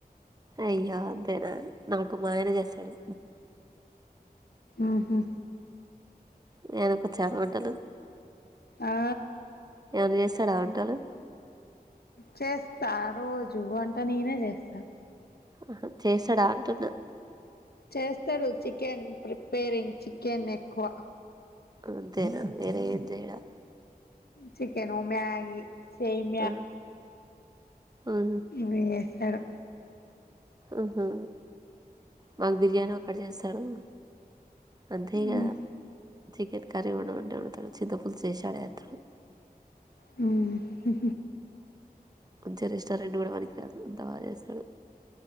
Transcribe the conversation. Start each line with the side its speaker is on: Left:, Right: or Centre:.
Right: అయ్యదర నమకు మనేజ్స్తాడు
Left: ఆహా
Right: నేన ఒకచ్చాల వంటలు
Left: ఆ
Right: ఏమన్నా చేస్తాడా వంటలు
Left: చేస్తా రోజు అంటే నేనే చేస్తా
Right: ఆ చేశాడా అంటున్నా
Left: చేస్తాడు చికెన్ ప్రిపేరింగ్ చికెన్ ఎక్కువ
Right: అంతేనా వేర ఎంతేడా
Left: చికెను మ్యాగి సమ
Right: ఆ ఉహు
Left: బీఎస్ఆర్
Right: ఆహా మాకు బిర్యానీ ఒకటి చేస్తాడు అంతే
Left: ఉమ్,
Right: ఇక చికెన్ కర్రీ ఉండ వంటే ఉడతాడు చింతపుులు చేసాడుే అతడు
Left: రే
Right: మంచి రెస్టారెంట్ కూడా పనికి రాదు అంత బాగా చేస్తాడు